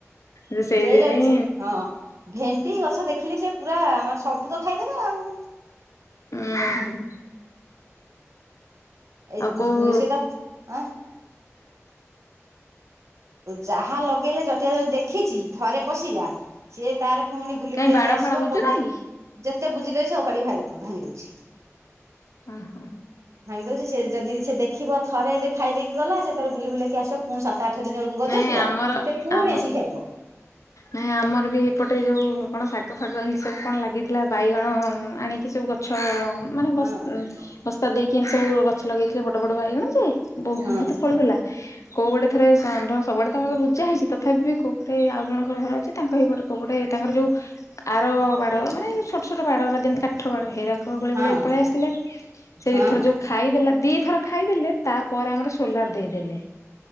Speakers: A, on the left (about 75°); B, on the right (about 70°).
A: ଯେ ସେଇଥିପାଇଁ
B: ସେଇଟା ସେ ହଁ ଭେଣ୍ଡି ଗଛ ଦେଖିଲେ ସେ ପୁରା ମାନେ ସବୁ ତ ଖାଇଦେବେ ଆଉ।
A: ଉଁ ହୁଁ।
B: ଏ
A: ଆଉ କୋଉ ହୁଁ।
B: ସେ ତ ଆଁ ଯାହା ଲଗେଇଲେ ଜଟିଆ ଯଦି ଦେଖିଚି ଥରେ ପଶିଲା ସିଏ ତାର ପୁଣି ବୁଲି
A: କାଇଁ
B: ବୁଲେଇକି
A: ବାଡ
B: ଆସିବ
A: ଫାଡ ବୁଝୁ
B: ପନ୍ଦ
A: ନାଇଁ କି
B: ଯେତେ ବୁଜିଲେବି ସେ ଓପାଡିକି ଭା ଭାଙ୍ଗି ଦଉଚି।
A: ଅଁ ହାଁ।
B: ଭାଙ୍ଗି ଦଉଚି ସେ ଯଦି ସେ ଦେଖିବ ଥରେ ଯଦି ଖାଇଦେଇକି ଗଲା ସେ ତାର ବୁଲି ବୁଲେଇକି ଆସିବ ପୁଣି ସାତ ଆଠ୍ ଆଠ ଦିନ ବେଳକୁ ଗଜରୁ
A: ନାଇଁ
B: ଥିବ
A: ଆମର
B: ସେ ପୁଣି
A: ଆମ
B: ଆସିକି ଖାଇବ।
A: ନାଇଁ ଆମର ବି ଏପଟେ ଯୋଉ କଣ ଶାଗ ଫାଗ ଏମିତି ସବୁ କଣ ଲାଗିଥିଲା ବାଇଗଣ ଆଣିକି ସବୁ ଗ ଛ ମାନେ
B: ହଁ
A: ବସ୍ତ୍ର୍
B: ହଁ
A: ବସ୍ତା ଦେଇକି ଏମିତି ସବୁ ଗଛ ଲଗେଇଥିଲେ ବଡ ବଡ ବାଇଗଣ ଯେ ବହୁତ
B: ହଁ
A: ଫଳୁଥିଲା କୋଉ ପଟେ ଥରେ ଷଣ୍ଢ ସବୁଆଡେ ତ ଆମର ବୁଜା ହେଇଚି ତଥାପି କୋଉପଟେ ଆଉଜଣଙ୍କ ଘର ଅଛି ତାଙ୍କ ହେଳଇପଟେ କଉ ପଟେ ତାଙ୍କର ଯୋଉ ଆର ବାଡ଼ ମାନେ ଛୋଟ ଛୋଟ ବାଡଗୁରା ଦିନ କାଠ ବାଡ ହେରାକ ଗଳିଗୁଳା
B: ହଁ
A: କି ପଳେଇ ଆସିଥିଲେ। ସେ
B: ହଁ
A: ଦିଥର ଯୋଉ ଖାଇଦେଲା ଦିଥର ଖାଇଦେଲେ ତାପରେ ଆମର ସୋଲାର୍ ଦେଇଦେଲେ।